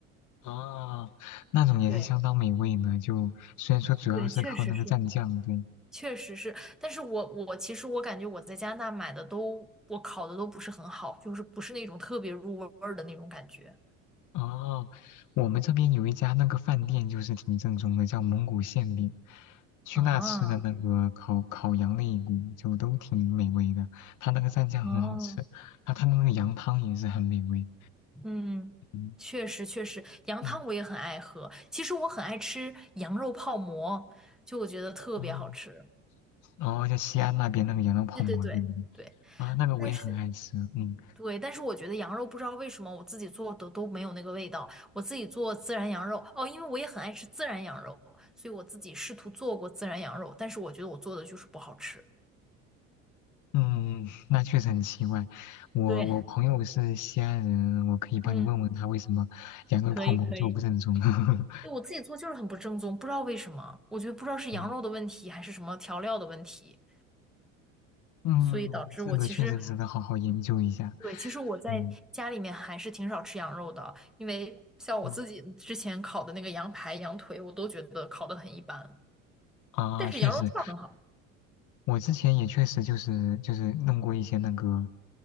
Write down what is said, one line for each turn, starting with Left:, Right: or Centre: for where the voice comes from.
Left: 啊，那种也是相当美味呢，
Centre: 对
Left: 就虽然说主要是靠那个蘸酱，
Centre: 对，确实是。
Left: 对。
Centre: 确实是，但是我我其实我感觉我在加拿大买的都，我烤的都不是很好，就是不是那种特别入味儿的那种感觉。
Left: 哦，我们这边有一家那个饭店，就是挺正宗的，叫蒙古馅饼。去那吃的那个烤烤羊肋骨就都挺美味的，
Centre: 啊
Left: 它那个蘸酱很好吃，
Centre: 啊，
Left: 然后它那个羊汤也是很美味。
Centre: 嗯，
Left: 嗯
Centre: 确实确实，羊汤我也很爱喝。
Left: 嗯
Centre: 其实我很爱吃羊肉泡馍，就我觉得特别好吃。
Left: 哦，然后在西安那边那个羊肉泡馍，
Centre: 对对对对，
Left: 对不对？啊，那个我也很爱吃。
Centre: 但是
Left: 嗯
Centre: 对，但是我觉得羊肉不知道为什么我自己做的都没有那个味道。我自己做孜然羊肉，哦，因为我也很爱吃孜然羊肉，所以我自己试图做过孜然羊肉，但是我觉得我做的就是不好吃。
Left: 嗯，那确实很奇怪。我我朋友是西安人，
Centre: 对
Left: 我可以帮你问问他为什么羊肉泡馍就不正宗。
Centre: <laughs>，嗯，可以可以，
Left: <laughs>
Centre: 对，我自己做就是很不正宗，不知道为什么，我觉得不知道是羊肉的问题还是什么调料的问题，
Left: 嗯嗯，
Centre: 所以导致我其实，
Left: 这个确实值得好好研究一下。
Centre: 对，其实我在家里面还是挺少吃羊肉的，
Left: 嗯
Centre: 因为像我自己之前烤的那个羊排、
Left: 嗯
Centre: 羊腿，我都觉得烤的很一般，
Left: 啊，
Centre: 但是羊肉串儿很好。
Left: 确实，我之前也确实就是就是弄过一些那个，